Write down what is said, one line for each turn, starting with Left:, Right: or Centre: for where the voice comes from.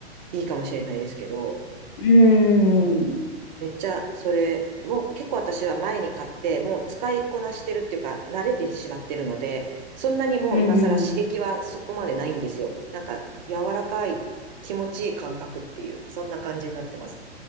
Right: いいかもしれないですけど、
Left: うん、
Right: うん。めっちゃ、それ、もう結構私は前に買って、もう使いこなしてるっていうか、慣れてしまってるので、そんなにもう今更刺激はそこまでないんですよ。
Left: うん、
Right: なんか、柔らかい、気持ちいい感覚っていう、そんな感じになってます。